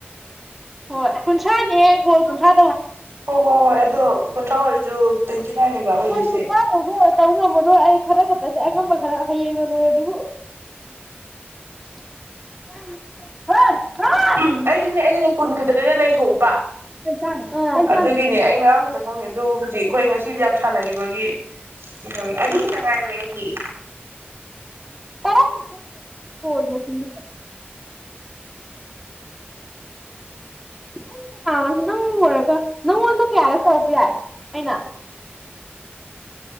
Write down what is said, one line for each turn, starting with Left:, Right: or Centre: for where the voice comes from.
Centre: ꯍꯣꯏ ꯀꯨꯟꯊ꯭ꯔꯥꯅꯦꯍꯦ ꯀꯣꯜ ꯀꯨꯟꯊ꯭ꯔꯥ
Right: ꯍꯣ ꯍꯣ ꯍꯣꯏ ꯑꯗꯣ ꯀꯨꯟꯊ꯭ꯔꯥ ꯑꯣꯏꯔꯁꯨ ꯇ꯭ꯋꯦꯟꯇꯤ ꯅꯥꯏꯟꯅꯦꯕ ꯑꯣꯏꯗꯣꯏꯁꯦ
Centre: ꯍꯣꯏꯁꯨ ꯇꯥꯏꯗ ꯇꯧ ꯉꯝꯃꯔꯣꯏ ꯑꯩ ꯈꯔ ꯈ ꯑꯗ ꯑꯉꯝꯕ ꯈꯔ ꯍꯌꯦꯡꯅ ꯂꯣꯏꯔꯦ ꯑꯗꯨꯕꯨ <inaudible> ꯍ ꯍ ꯍ
Right: ꯎꯝ ꯑꯩꯁꯨꯅꯦ ꯑꯩꯅꯅꯦ ꯀꯨꯟ ꯈꯛꯇꯗꯩꯅ ꯂꯩꯊꯣꯛꯎꯕ
Centre: ꯇꯔꯥꯗ ꯈꯪꯉꯤꯔ
Right: ꯑꯗꯨꯒꯤꯅꯦ
Centre: ꯅꯣꯏ
Right: ꯑꯩ ꯉꯥ ꯈꯛꯇ ꯈꯪꯉꯦ ꯑꯗꯨ ꯍꯧꯖꯤꯛ ꯑꯩꯈꯣꯏ ꯉꯁꯤ ꯐꯁꯦ ꯌꯥꯝ ꯁꯥꯟꯅꯈꯤꯕꯒꯤ ꯀꯩꯅꯣ ꯑꯗꯨ ꯈꯤꯇ ꯉꯥꯏꯔꯦ ꯑꯩꯒꯤ
Centre: ꯀꯥꯏꯗ ꯈꯪꯉꯤꯅ ꯅꯣꯏ ꯀꯣꯜ ꯃꯁꯤꯡꯗꯨ ꯑꯩꯗꯤ ꯀꯅꯥꯒ ꯅꯪ ꯂꯣꯏꯔꯒ ꯅꯪꯉꯣꯟꯗ ꯀꯌꯥꯔꯛ ꯇꯧꯔꯛꯄ ꯌꯥꯏ ꯑꯩꯅ